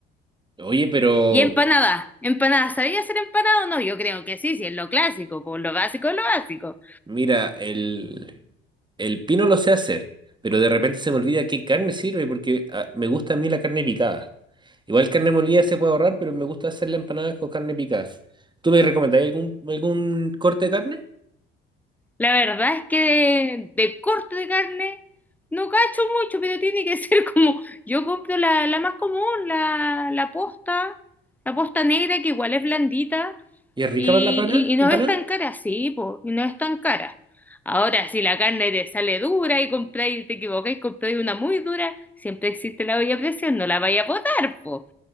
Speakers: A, on the right (about 15°); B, in the centre.
A: Oye, pero
B: Y empanadas, empanadas, ¿sabía hacer empanadas o no? Yo creo que sí, si es lo clásico, por lo básico es lo básico.
A: Mira, el, el pino lo sé hacer, pero de repente se me olvida qué carne sirve porque ah, me gusta a mí la carne picada. Igual carne molida se puede ahorrar, pero me gusta hacer la empanada con carne picada. ¿Tú me recomendarías algún, algún corte de carne?
B: La verdad es que de, de corte de carne no cacho mucho, pero tiene que <laughs> ser como, yo compro la, la más común, la, la posta, la posta negra que igual es blandita
A: ¿Y es rica
B: y,
A: para la pana-
B: y- y no
A: empanada?
B: es tan cara, sí, po, y no es tan cara. Ahora, si la carne te sale dura y compráis, te equivocáis, compráis una muy dura, siempre existe la olla a presión, no la vaya a botar, po.